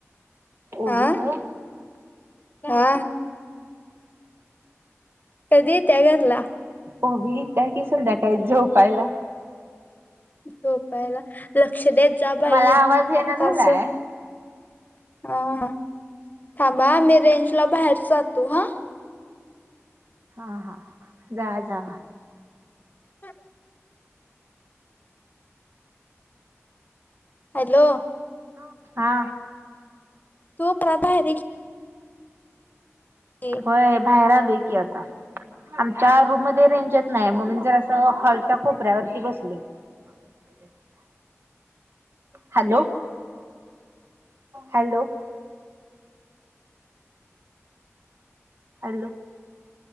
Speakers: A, on the right; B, on the left.
A: ओवी
B: हा
A: ग
B: हा कधी येतीया घरला.
A: ओवी येतीयाकी संध्याकाळी झोपायला.
B: झोपायला. लक्ष देत जा, बाई
A: मला आवाज येना
B: आता
A: झालाय.
B: अस. ह हा थांबाहा मी रेंज ला बाहेर जातो हा.
A: हा हा जा जा..
B: अ <unintelligible> हॅलो
A: हॅलो हा
B: ते प्रभा आहेरी <unintelligible> हं.
A: होय बाहेर आलोय की आता. आमच्या रूम मध्ये रेंज येत नाही म्हणून जरास असं हॉलच्या कोपऱ्यावरती बसले. ह. Hello hello. हॅलो